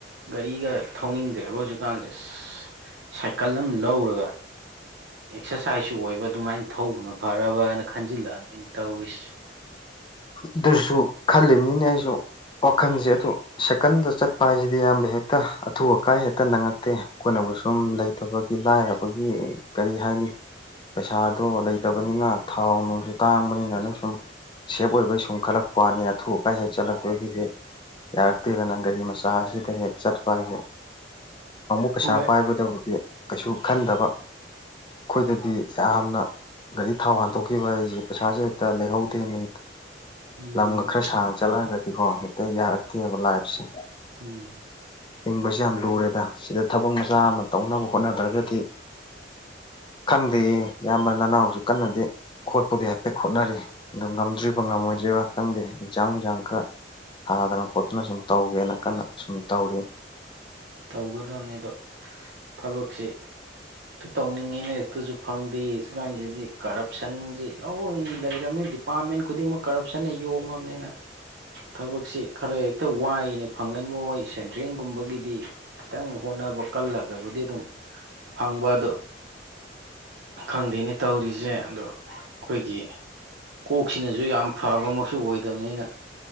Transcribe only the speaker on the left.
ꯑꯗꯨꯁꯨ ꯈꯜꯂꯤꯝꯅꯤꯅꯦ ꯑꯩꯁꯨ ꯋꯥꯈꯟꯖꯦ ꯑꯗꯣ ꯁꯥꯏꯀꯟꯗ ꯆꯠꯄ ꯍꯥꯏꯁꯤꯗꯤ ꯏꯌꯥꯝꯕ ꯍꯦꯛꯇ ꯑꯊꯨ ꯑꯀꯥꯏ ꯍꯦꯛꯇ ꯅꯪꯉꯛꯇꯦ ꯑꯩꯈꯣꯏꯅꯕꯨ ꯁꯨꯝ ꯂꯩꯇꯕꯒꯤ ꯂꯥꯏꯔꯕꯒꯤ ꯀꯔꯤ ꯍꯥꯏꯅꯤ ꯄꯩꯁꯥꯗꯣ ꯂꯩꯇꯕꯅꯤꯅ ꯊꯥꯎ ꯅꯨꯡꯁꯨ ꯇꯥꯡꯕꯅꯤꯅ ꯑꯗꯨ ꯁꯨꯝ ꯁꯦꯞ ꯑꯣꯏꯕꯩ ꯁꯨꯝ ꯈꯜꯂꯛꯄ ꯋꯥꯅꯤ ꯑꯊꯨ ꯑꯀꯥꯏ ꯍꯦꯛ ꯆꯠꯂꯛꯄꯒꯤꯁꯦ ꯌꯥꯔꯛꯇꯦꯗꯅ ꯒꯥꯔꯤ ꯃꯆꯥ ꯑꯁꯤꯗ ꯍꯦꯛ ꯆꯠꯄ ꯍꯥꯏꯁꯦ ꯑꯃꯃꯨꯛ ꯄꯩꯁꯥ
ꯄꯥꯏꯕꯗꯕꯨꯗꯤ ꯀꯩꯁꯨ ꯈꯟꯗꯕ ꯑꯩꯈꯣꯏꯗꯗꯤ ꯌꯥꯝꯅ ꯒꯥꯔꯤ ꯊꯥꯎ ꯍꯥꯟꯇꯣꯛꯈꯤꯕ ꯍꯥꯏꯁꯦ ꯄꯩꯁꯥꯁꯦ ꯍꯦꯛꯇ ꯂꯩꯍꯧꯗꯦꯅꯦ
ꯂꯝꯒ ꯈꯔ ꯁꯥꯡꯅ ꯆꯠꯂꯛꯑꯒꯗꯤꯀꯣ ꯍꯦꯛꯇ ꯌꯥꯔꯛꯇꯦꯕ ꯂꯥꯏꯐꯁꯦ
ꯍꯤꯡꯕ ꯍꯥꯏꯁꯤ ꯌꯥꯝ ꯂꯨꯔꯦꯗ ꯁꯤꯗ ꯊꯕꯛ ꯃꯆꯥ ꯑꯃ ꯇꯧꯅꯕ ꯍꯣꯠꯅꯗ꯭ꯔꯒꯗꯤ ꯈꯪꯗꯦꯌꯦ ꯏꯌꯥꯝꯕ ꯅꯅꯥꯎꯁꯨ ꯀꯟꯅꯗꯤ ꯈꯣꯠꯄꯨꯗꯤ ꯍꯥꯏꯐꯦꯠ ꯍꯣꯠꯅꯔꯤ ꯑꯗꯣ ꯉꯝꯗ꯭ꯔꯤꯕ ꯉꯝꯃꯣꯏꯗ꯭ꯔꯤꯕ ꯈꯪꯗꯦ ꯑꯦꯛꯖꯥꯡ ꯅꯨꯡꯖꯥꯡ ꯈꯔ ꯊꯥꯗꯅ ꯈꯣꯠꯇꯅ ꯁꯨꯝ ꯇꯧꯒꯦꯅ ꯀꯟꯅ ꯁꯨꯝ ꯇꯧꯔꯤ